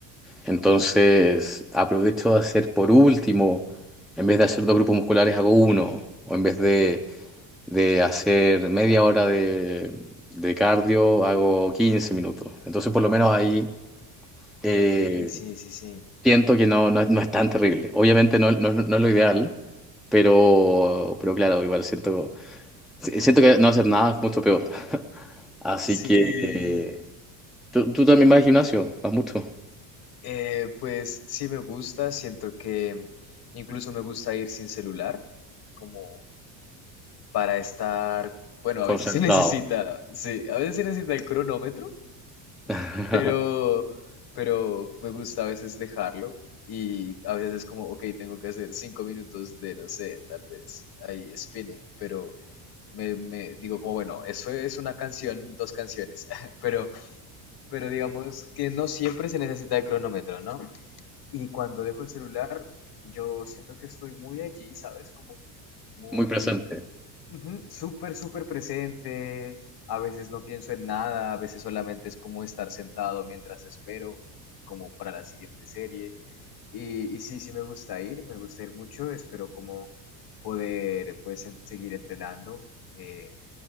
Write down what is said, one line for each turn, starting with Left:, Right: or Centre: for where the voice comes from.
Centre: Entonces, aprovecho de hacer por último, en vez de hacer dos grupos musculares, hago uno. O en vez de, de hacer media hora de, de cardio, hago 15 minutos. Entonces, por lo menos ahí eh,
Left: Ok, sí, sí, sí.
Centre: siento que no, no, es no es tan terrible. Obviamente no, no, es no es lo ideal, pero, pero claro, igual siento, si, siento que no hacer nada es mucho peor. Así
Left: Sí.
Centre: que eh, tú, tú también vas al gimnasio, vas mucho.
Left: Eh, pues sí me gusta, siento que incluso me gusta ir sin celular, como para estar, bueno, a veces
Centre: Concentrado.
Left: se <laughs> necesita, sí, a veces se necesita el cronómetro,
Centre: <laughs>
Left: pero, pero me gusta a veces dejarlo y a veces es como, ok, tengo que hacer cinco minutos de, no sé, tal vez ahí spinning, pero me, me digo como, bueno, eso es una canción, dos canciones, <laughs> pero, pero digamos que no siempre se necesita el cronómetro, ¿no? Y cuando dejo el celular, yo siento que estoy muy allí, ¿sabes? Como muy,
Centre: Muy presente.
Left: ujú, súper, súper presente. A veces no pienso en nada, a veces solamente es como estar sentado mientras espero, como para la siguiente serie. Y, y sí, sí me gusta ir, me gusta ir mucho, espero como poder pues en- seguir entrenando. eh,